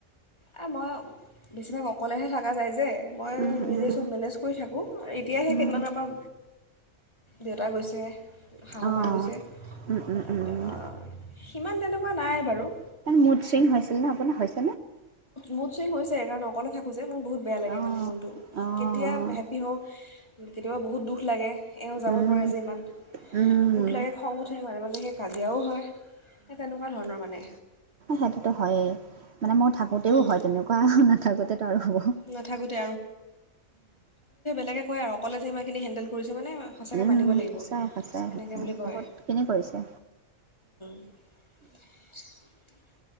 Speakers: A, on the left (about 20°); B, on the right (about 55°).
A: এ মই বেছিভাগ অকলেহে থাকা যায় যে মই
B: উম,
A: নিজে
B: উম,
A: চব মেনেজ কৰি থাকোঁ এতিয়াহে
B: উম,
A: কেইদিমানৰ পৰা দেউতা গৈছে শাহুমা
B: অ
A: গৈছে
B: উম উম
A: তাত
B: উম
A: সিমান তেনেকুৱা নাই বাৰু
B: এ মুড চিং হৈছিল নে আপোনাৰ হৈছ
A: মুডচিং হৈছ সেইকাৰণে অকলে থাকো যে মোৰ বহুত বেয়া লাগে
B: অ',
A: মানে মনটো
B: অ',
A: কেতিয়া হেপী হওঁ কেতিয়াবা বহুত দুখ লাগে এওঁ যাব
B: উম,
A: নোৱাৰে যে ইমান
B: উম,
A: দুখ লাগে খং উঠে মাজে মাজে সেই কাজিয়াও হয় সেই তেনেকুৱা ধৰণৰ মানে
B: সেইটোত হয়ে মানে মই থাকোঁতেও
A: উম,
B: হয় তেনেকুৱা নাথাকোঁতেতো আৰু হ'ব
A: নাথাকোঁতে বিলাকে কয় আৰু অকলে যে ইমানখিনি হেডেল কৰিছে মানে সঁচাকৈ
B: উ
A: মানিব লাগিব
B: সঁচাই সঁচাই
A: সেনেকৈ
B: সঁচাই
A: বুলি কয়
B: বহুতখিনি কৰিছে।
A: <inaudible>